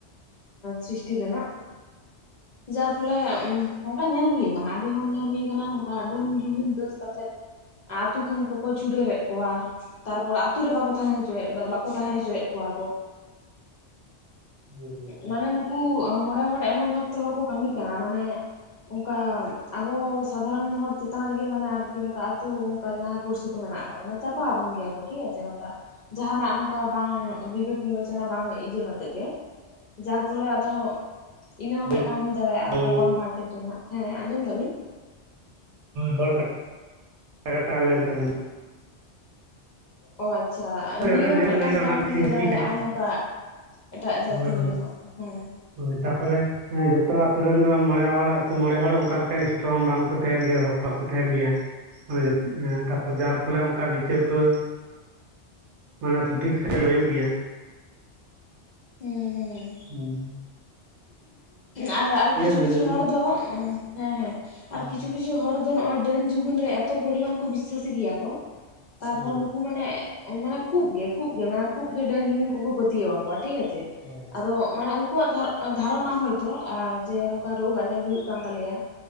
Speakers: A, on the left (about 50°); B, on the right (about 85°).
A: ᱥᱨᱤᱥᱴᱤ ᱨᱮᱱᱟᱜ ᱡᱟᱨ ᱯᱷᱚᱞᱮ ᱱᱚᱝᱠᱟ ᱧᱮᱞ ᱦᱩᱭ ᱟᱠᱟᱱᱟ ᱟᱹᱰᱤ ᱦᱚᱲ ᱧᱮᱞ ᱦᱩᱭ ᱟᱠᱟᱱᱟ ᱱᱚᱝᱠᱟ ᱰᱟᱹᱱ ᱡᱩᱜᱤᱱ ᱫᱳᱥ ᱠᱟᱛᱮᱫ ᱟᱛᱩ ᱠᱷᱚᱱ ᱠᱚᱠᱚ ᱪᱩᱰᱟᱹᱨ ᱮᱫ ᱠᱚᱣᱟ ᱛᱟᱨᱯᱚᱨ ᱟᱛᱩ ᱨᱮ ᱵᱟᱠᱚ ᱛᱟᱦᱮᱸ ᱦᱚᱪᱚᱭᱮᱫ ᱵᱟᱠᱚ ᱛᱟᱦᱮᱸ ᱦᱚᱪᱚᱭᱮᱫ ᱠᱚᱣᱟ ᱠᱚ
B: ᱦᱩᱸ ᱦᱩᱸ ᱦᱩᱸ
A: ᱢᱟᱱᱮ ᱱᱩᱠᱩ ᱢᱚᱬᱮ ᱦᱚᱲ ᱮᱢᱚᱱ ᱵᱷᱟᱵ ᱛᱮᱦᱚᱸ ᱠᱚ ᱠᱟᱢᱤ ᱠᱟᱱᱟ ᱢᱟᱱᱮ ᱚᱱᱠᱟ ᱟᱵᱚ ᱥᱟᱫᱷᱟᱨᱚᱱ ᱦᱚᱲ ᱪᱮᱛᱟᱱ ᱨᱮᱜᱮ ᱢᱟᱱᱮ ᱟᱨᱠᱤ ᱱᱚᱝᱠᱟ ᱟᱛᱩ ᱚᱱᱠᱟ ᱡᱟᱦᱟᱸ ᱯᱩᱲᱥᱤ ᱠᱚ ᱢᱮᱱᱟᱜ ᱠᱟᱜ ᱵᱚᱱᱟ ᱪᱟᱯᱟᱣ ᱟᱵᱚᱱ ᱜᱮᱭᱟ ᱠᱚ ᱴᱷᱤᱠ ᱟᱪᱷᱮ ᱱᱚᱝᱠᱟ ᱡᱟᱦᱟᱱᱟᱜ ᱱᱚᱝᱠᱟ ᱵᱟᱝ ᱵᱤᱵᱮᱠ ᱵᱤᱵᱮᱪᱚᱱᱟ ᱵᱟᱝ ᱤᱭᱟᱹ ᱠᱟᱛᱮᱜ ᱜᱮ ᱡᱟᱨ ᱯᱷᱚᱞᱮ ᱟᱫᱚ ᱤᱱᱟᱹ ᱦᱚᱸ
B: ᱫᱚ
A: ᱢᱤᱫᱴᱟᱝ ᱦᱩᱭ ᱫᱟᱲᱮᱭᱟᱜᱼᱟ
B: ᱫᱚ
A: ᱚᱱᱠᱟ ᱠᱚᱱᱵᱷᱟᱨᱴ ᱨᱮᱱᱟᱜ ᱦᱮᱸ ᱟᱸᱡᱚᱢ ᱫᱟᱵᱤᱱ
B: ᱦᱚᱲ ᱠᱟᱴᱟ ᱠᱟᱴᱟ ᱞᱮᱱ ᱛᱟᱵᱮᱱᱟ
A: ᱚ ᱟᱪᱪᱷᱟ
B: ᱦᱳᱭ
A: ᱱᱤᱭᱟᱹ
B: ᱟᱵᱮᱱ
A: ᱦᱚᱸ
B: ᱡᱟᱦᱟᱸ
A: ᱢᱤᱫᱴᱟᱝ
B: ᱵᱮᱱ ᱞᱟᱹᱭ ᱠᱮᱫᱟ
A: ᱠᱟᱨᱚᱱ
B: ᱚᱱᱟ ᱠᱚ
A: ᱦᱩᱭ
B: ᱴᱷᱤᱠ
A: ᱫᱟᱲᱮᱭᱟᱜᱼᱟ
B: ᱴᱷᱤᱠ ᱜᱮ
A: ᱱᱚᱝᱠᱟ ᱮᱴᱟᱜ ᱡᱟᱛᱤ
B: ᱦᱳᱭ ᱦᱳᱭ
A: ᱨᱮᱱᱟᱜ ᱦᱩᱸ
B: ᱦᱳᱭ ᱛᱟᱯᱚᱨᱮ ᱡᱚᱛᱚ ᱟᱛᱩ ᱨᱮᱱ ᱫᱚ ᱢᱚᱬᱮ ᱦᱚᱲ ᱟᱹᱛᱩ ᱢᱚᱬᱮ ᱦᱚᱲ ᱚᱱᱠᱟ ᱞᱮᱠᱟ ᱚᱝ ᱵᱟᱝᱠᱚ ᱛᱟᱦᱮᱱ ᱜᱮᱭᱟ ᱦᱚᱠ ᱵᱟᱠᱚ ᱛᱟᱦᱮᱱ ᱜᱮᱭᱟ᱾ ᱢᱟᱱᱮ ᱛᱟᱨᱯᱚᱨ ᱡᱟᱨ ᱯᱷᱚᱞᱮ ᱚᱱᱠᱟ ᱵᱤᱪᱟᱹᱨ ᱠᱚ ᱢᱟᱱᱮ ᱥᱚᱴᱷᱤᱠ ᱥᱮᱫ ᱦᱳᱭᱳᱜ ᱜᱮᱭᱟ ᱾
A: ᱦᱩᱸ ᱦᱩ ᱸ
B: ᱦᱮᱸ ᱦᱩᱸ
A: ᱟᱨ ᱟᱨ ᱠᱤᱪᱷᱩ
B: ᱦᱩᱭ
A: ᱠᱤᱪᱷᱩ
B: ᱫᱟᱲᱮᱭᱟᱜᱼᱟ
A: ᱦᱚᱲ ᱫᱚ ᱦᱮᱸ ᱦᱮᱸ
B: ᱦᱮᱸ
A: ᱟᱨ ᱠᱤᱪᱷᱩ ᱠᱤᱪᱷᱩ ᱦᱚᱲ ᱫᱚ ᱱᱚᱜᱚᱭ ᱰᱟᱹᱱ ᱡᱩᱜᱩᱱ ᱨᱮ ᱮᱛᱚ ᱯᱚᱨᱤᱢᱟᱱ ᱠᱚ ᱵᱤᱥᱟᱹᱥ ᱜᱮᱭᱟ ᱠᱚ ᱛᱟᱨᱯᱚᱨ
B: ᱦᱮᱸ
A: ᱱᱩᱠᱩ ᱢᱟᱱᱮ ᱢᱟᱱᱮ ᱠᱷᱩᱵ ᱜᱮ ᱠᱷᱩᱵ ᱜᱮ ᱢᱟᱱᱮ ᱠᱷᱩᱵ ᱜᱮ ᱰᱟᱹᱱ ᱡᱩᱜᱤᱱ ᱠᱚᱠᱚ ᱯᱟᱹᱛᱭᱟᱹᱣᱟᱠᱚᱣᱟ ᱴᱷᱤᱠ ᱟᱪᱷᱮ
B: ᱦᱳᱭ
A: ᱟᱫᱚ ᱢᱟᱱᱮ ᱩᱱᱠᱩᱣᱟᱜ ᱫᱷᱟᱨ ᱫᱷᱟᱨᱚᱱᱟ ᱦᱚᱭᱛᱳ ᱟᱨ ᱡᱮ ᱱᱚᱝᱠᱟ ᱨᱳᱜᱽ ᱟᱡᱟᱨ ᱦᱩᱭᱩᱜ ᱠᱟᱱ ᱛᱟᱞᱮᱭᱟ